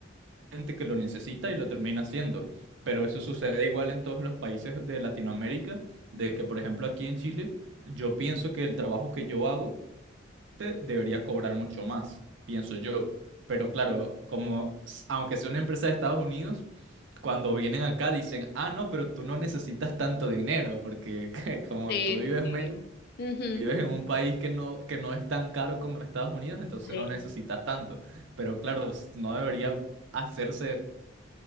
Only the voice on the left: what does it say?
Sí,
sí,
sí. Ujú,
Sí,